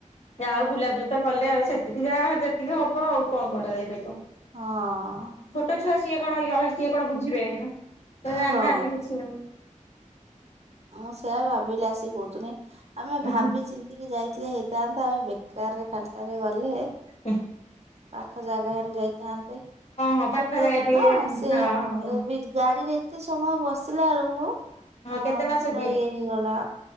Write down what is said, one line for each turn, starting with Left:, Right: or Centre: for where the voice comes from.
Right: ହଁ
Left: ଯାହା ହଉ ବୁଲା ବୁଲି ତ କଲେ ଆଉ ସେତିକି ଯାହା ଯେତିକି ହବ ଆଉ କଣ କରାଯାଇ ପାରିବ।
Right: ହଁ।
Left: ଛୋଟ ଛୁଆ ସିଏ କଣ ଇ ହଁ ସିଏ କଣ ବୁଝିବେ ତ ଜାଣିନାହାନ୍ତି
Right: ହଁ।
Left: କିଛି ଉଁ।
Right: ମୁଁ ସେଇଆ ଭାବିଲି ଆସିକି କହୁଥିନି ଆମେ
Left: ହଁ
Right: ଭାବି ଚି ଚିନ୍ତିକି ଯାଇଥିଲେ ହେଇଥାନ୍ତା ଆମେ ବେକାରରେ ଖାଲିଟାରେ ଗଲେ।
Left: ହୁଁ।
Right: ପାଖ ଜାଗା ହେଲେ ଯାଇଥାନ୍ତେ
Left: ହଁ ପାଖ
Right: ଛୋଟ
Left: ଜାଗା
Right: ଟା
Left: ଟିକେ
Right: ନା
Left: ହଁ
Right: ସେଏ
Left: ହଁ
Right: ଏ ବି ଗାଡିରେ ଏତେ ସମୟ ବସିଲା ବେଳକୁ ହଁ
Left: କେତେ ମାସ
Right: ପୁରା
Left: କି?
Right: ଇଏ ହେଇଗଲା